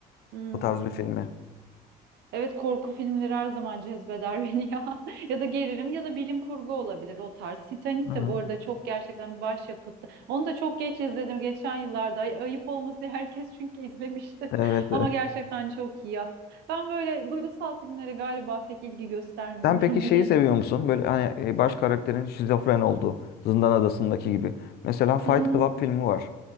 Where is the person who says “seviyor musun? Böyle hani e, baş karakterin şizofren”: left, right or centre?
Left